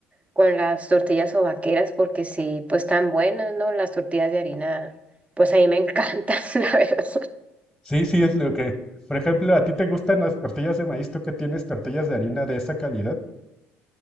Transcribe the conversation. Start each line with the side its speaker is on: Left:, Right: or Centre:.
Right: con las tortillas vaqueras, porque sí, pues están buenas, ¿no? Las tortillas de harina, pues a mí me encantan, <laughs> la verdad.
Centre: Sí, sí, es lo que, por ejemplo, ¿a ti te gustan las tortillas de maíz? ¿Tú que tienes tortillas de harina de esa calidad?